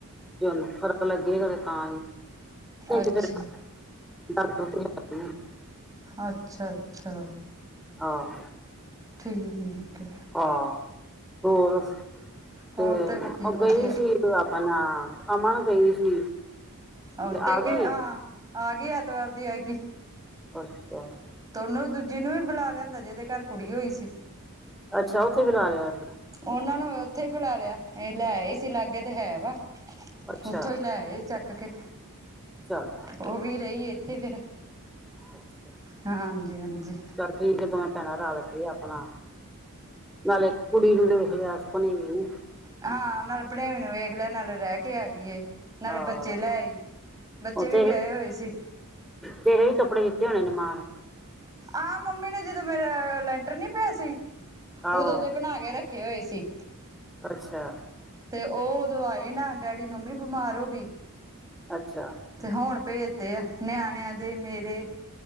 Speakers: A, in the centre; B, on the right (about 15°).
A: ਜੇ ਓਨੂੰ ਫ਼ਰਕ ਲਗੇਗਾ ਤੇ ਤਾਂ ਈ। ਨਹੀਂ
B: ਅੱਛਾ
A: ਤੇ ਫਿਰ ਡਾਕਟਰ ਕੋਲ ਈ ਜਾਣੇ ਆ।
B: ਅੱਛਾ-ਅੱਛਾ।
A: ਆਹੋ।
B: ਠੀਕ ਐ।
A: ਆਹ, ਹੋਰ ਤੇ
B: ਹੋਰ ਵਧੀਆ
A: ਉਹ ਗਈ
B: ਵਧੀਆ
A: ਸੀ। ਫਿਰ ਅਪਣਾ ਅਮਣ ਗਈ ਸੀ
B: ਆਹੋ ਪੇਕੇ
A: ਆ ਗਈ
B: ਹਾਂ
A: ਏ
B: ਆ ਗਈ, ਐਤਵਾਰ ਦੀ ਆ ਗਈ।
A: ਅੱਛਾ।
B: ਤੇ ਓਨੂੰ ਦੂਜੀ ਨੂੰ ਵੀ ਬੁਲਾ ਲਿਆਂਦਾ ਜਿਦੇ ਘਾਰ ਕੁੜੀ ਹੋਈ ਸੀ।
A: ਅੱਛਾ ਉੱਥੇ ਹੀ ਕਰਾ ਲਿਆਇਆ ਸੀ।
B: ਓਨਾਂ ਨੂੰ ਓਥੇ ਬੁਲਾ ਲਿਆ਼, ਏ ਲਿਆਏ ਸੀ ਲਾਗੇ ਤੇ ਹੈ ਵਾ।
A: ਅੱਛਾ
B: ਓਥੋਂ ਈ ਲੈ ਆਏ ਚੱਕਕੇ।
A: ਚੱਲ
B: ਓ ਵੀ ਰ‌ਈ ਏਥੇ ਫੇਰ।
A: <unintelligible>
B: ਹਾਂਜੀ-ਹਾਂਜੀ।
A: ਠੀਕ‌ ਏ ਦੋਵੇਂ ਭੈਣਾਂ ਰੱਲ ਕੇ ਅਪਣਾ ਨਾਲੇ ਇੱਕ ਕੁੜੀ ਨੂੰ ਦੇਖ ਲੇਆ ਸ, ਭਨੇਵੀ ਨੂੰ।
B: ਹਾਂ, ਨਾਲ ਭਣੇਵੇਂ ਨੂੰ ਵੇਖ ਲਿਆ, ਨਾਲ ਰਹਿ ਕੇ ਕੇ ਆ ਗਈ ਏ, ਨਾਲੇ
A: ਆਹ
B: ਬੱਚੇ ਲੈ ਆਈ, ਬੱਚੇ
A: ਉਹ
B: ਵੀ
A: ਤੇਰੇ
B: ਗਏ ਹੋਏ ਸੀ।
A: ਤੇਰੇ ਵੀ ਕੱਪੜੇ ਦਿੱਤੇ ਹੋਣੇ ਨੇ ਮਾਂ ਨੇ।
B: ਆ ਮੰਮੀ ਨੇ ਜਦੋਂ ਮੇਰਾ ਲੈਂਟਰ ਨੀ ਪੇਆ ਸੀ,
A: ਆਹੋ
B: ਉਦੋਂ ਦੇ ਬਨਾ ਕੇ ਰੱਖ ਰੱਖੇ ਕੇ ਹੋਏ ਸੀ।
A: ਅੱਛਿਆ।
B: ਤੇ ਉਹ ਉਦੋਂ ਆਏ ਨਾ ਡੈਡੀ, ਮੰਮੀ ਬਮਾਰ ਹੋ ਗੀ।
A: ਅੱਛਾ
B: ਤੇ ਹੁਣ ਭੇਜਤੇ ਆ, ਨਿਆਣਿਆਂ ਦੇ ਮੇਰੇ।